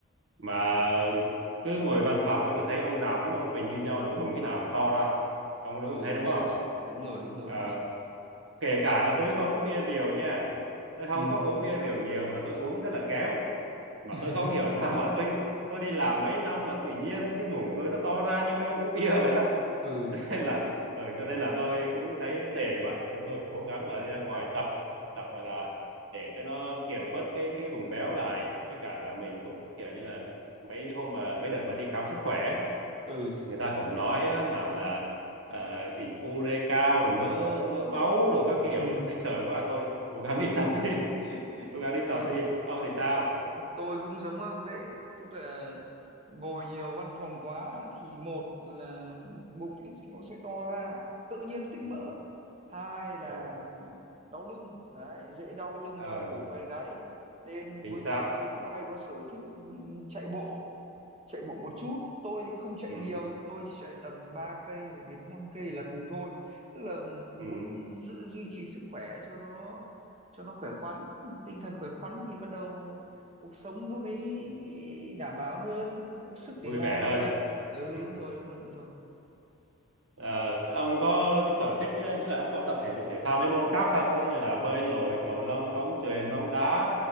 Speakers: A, on the right; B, on the right.
A: mà cứ ngồi văn phòng mà tôi thấy ông nào cũng một cái bệnh như nhau là cái bụng cái nào cũng to ra ông đúng
B: ừ
A: thấy
B: đúng
A: đúng
B: rồi
A: không
B: đấy, đúng rồi, đúng rồi,
A: à,
B: đúng rồi.
A: kể cả là tôi không có bia rượu nha tôi không
B: Ừ.
A: có uống bia rượu nhiều mà tôi uống rất là kém mà
B: <laughs>
A: tôi không hiểu <laughs> sao mà tôi tôi đi làm mấy năm mà tự nhiên cái bụng của tôi nó to ra như mấy ông uống bia vậy đó
B: ừ
A: nên là ừ, cho nên là tôi cũng thấy nó tệ quá nên tôi cố gắng là đi ra ngoài tập tập gọi là để cho nó kiểm bớt cái cái bùng béo lại với cả là mình cũng kiểu như là mấy hôm mà mấy đợt mà đi khám sức khỏe ấy,
B: ừ
A: người ta cũng nói á, nào là ờ, gì ure cao rồi mỡ mỡ máu rồi các kiểu
B: ừ
A: thấy sợ quá thôi cố gắng đi tập đi <laughs> cố gắng đi
B: Thế
A: tập đi ông thì sao
B: tôi cũng giống ông đấy tức là ngồi nhiều văn phòng quá thì một là bụng nó sẽ to ra tự nhiên nó tích
A: ừ
B: mỡ hai là
A: ừ,
B: đau lưng đấy dễ đau lưng
A: ừ
B: đau cổ vai gáy nên
A: chính
B: cuối
A: xác
B: tuần tôi cũng hay có sở thích chạy bộ chạy bộ một chút tôi thì không chạy
A: ừ,
B: nhiều nhưng tôi chỉ chạy tầm 3 cây hoặc đến 5 cây là cùng thôi tức là
A: ừ
B: muốn giữ duy trì sức khỏe cho nó cho nó khỏe khoắn tinh thần khỏe khoắn thì bắt đầu cuộc sống nó mới đảm bảo hơn mới có sức để
A: vui
B: làm
A: vẻ hơn
B: việc ừ
A: ừ
B: đúng rồi đúng rồi đúng rồi
A: Ờ, ông có cái sở thích ờ, ý là ông có tập thể dục thể thao mấy môn khác không? Ví dụ như là bơi lội, cầu lông, bóng chuyền, bóng đá